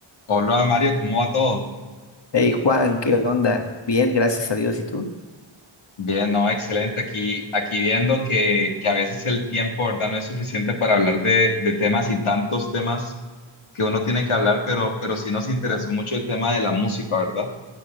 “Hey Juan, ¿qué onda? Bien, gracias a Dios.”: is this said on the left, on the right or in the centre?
Left